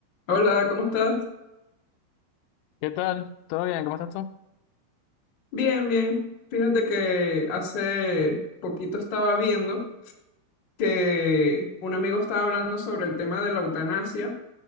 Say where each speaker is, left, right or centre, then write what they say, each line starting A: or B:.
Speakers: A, on the left; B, on the left.
A: Hola, ¿cómo estás?
B: ¿Qué tal? ¿Todo bien? ¿Cómo estás tú?
A: Bien, bien. Fíjate que hace poquito estaba viendo que un amigo estaba hablando sobre el tema de la eutanasia